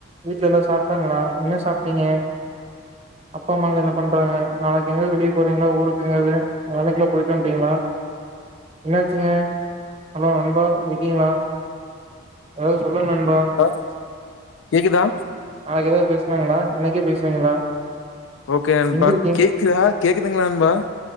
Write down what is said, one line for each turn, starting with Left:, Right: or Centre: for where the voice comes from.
Right: வீட்ல எல்லா சாப்ட்டாங்களா என்ன சாப்ட்டீங்க அப்பா அம்மாலா என்ன பண்றாங்க நாளைக்கு எங்காவது வெளியே போறீங்களா ஊருக்கு எங்கேயாவது வேளைக்கெல்லா போயிட்டு வந்துட்டீங்களா என்னாச்சுங்க ஹலோ நண்பா இருக்கீங்களா அ சொல்லுங்க நண்பா
Left: ஆ கேக்குதா
Right: அ ஏதாவது பேசனாங்களா இன்னக்கே பேசுவீங்களா
Left: ஓகேபா
Right: எங்க இருக்கீங்க
Left: கேக்குதா கேக்குதுங்களா நண்பா